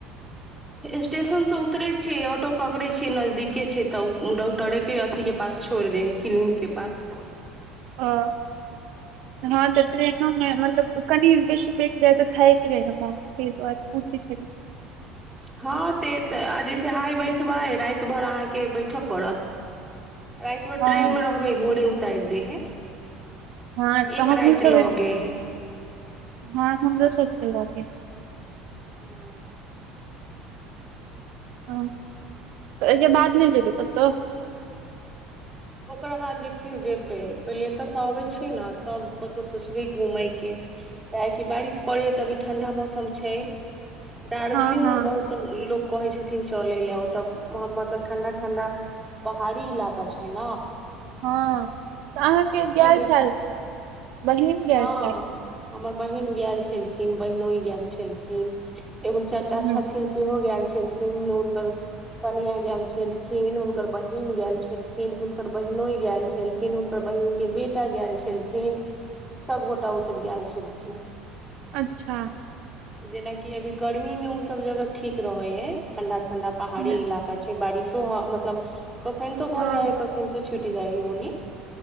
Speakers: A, in the centre; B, on the right (about 65°).
A: <inaudible> स्टेशन से उतरे छियै ऑटो पकड़े छिये नजदीके छै तऽ डॉक्टरे के अथी के पास छोड़ दे हैं क्लिनिक के पास
B: हँ हँ तऽ ट्रेनो मे मतलब कनि बेसी बैठ जाय ते थायक जाय हेय नऽ मोन ते दुआरे पहुँचे छलि
A: हँ तऽ जैसे आइ बैठबै राति भर अहाँके बैठय पड़त राति भर
B: हँ
A: ट्रेनमे रहबै भोरे उतारि दे हे
B: हँ तऽ
A: एक
B: हमहुँ
A: राइत
B: सब
A: लऽ गे हे
B: हँ हमरो सब के लगे हैं
A: <unintelligible>
B: हँ अके बाद नै जेबै कतहु
A: ओकरा बाद देखियौ जेबै पहिले एतऽ सऽ अबै छी ने तब कतहु सोचबै घूमय के काहे कि बारिश पड़े तऽ अभी ठंडा मौसम छै दार्जलिंग
B: हँ हँ
A: बहुत तऽ लोक कहे छथिन चले ले ओत मतलब ठंडा ठंडा पहाड़ी इलाका छै हय ना
B: हँ तऽ अहाँके गेल
A: बे
B: छेल बहिन गेल
A: हँ
B: छेल
A: हमर बहिन गेयल छलखिन बहिनोइ गेल छलखिन एगो चाचा छथिन
B: हँ।
A: सेहो गेल छलखिन हुनकर कनिया गेल छलखिन हुनकर बहिन गेल छलखिन हिन हुनकर बहिनोइ गेल छलखिन हुनकर बहिन के बेटा गेयल छलखिन सभगोटा ओसभ गेल छलखिन
B: अच्छा
A: जेनाकि अभी गर्मी मे ओ सब जगह ठीक रहे है ठंडा ठंडा पहाड़ी
B: हँ
A: इलाका ओता बारिशो ह मतलब कखन तो भऽ
B: हँ
A: जाइ है कखनितो छुटि जाइ हइ ओनी